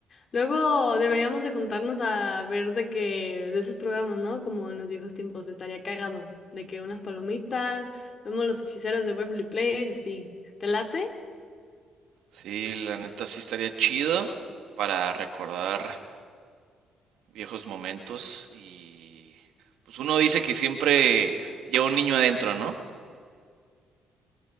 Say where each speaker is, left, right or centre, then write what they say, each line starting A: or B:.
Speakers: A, on the left; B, on the right.
A: Luego deberíamos de juntarnos a ver de que, de esos programas, ¿no? Como en los viejos tiempos, estaría cagado, de que unas palomitas, vemos los hechiceros de Waverly Place, y así. ¿Te late?
B: Sí, la neta sí estaría chido para recordar viejos momentos y pues uno dice que siempre lleva un niño adentro, ¿no?